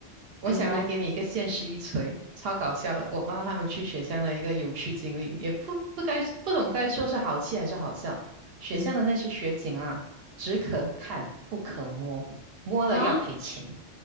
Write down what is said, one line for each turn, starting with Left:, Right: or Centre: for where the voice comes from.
Right: 我想来给你一个现实一锤，
Left: 灯光，
Right: 超搞笑的。我妈他们去雪乡的一个有趣经历，也不不该不懂该说是好气还是好笑。雪乡的那些雪景啊，
Left: 嗯
Right: 只可看不可摸，摸了要赔钱。
Left: 啊，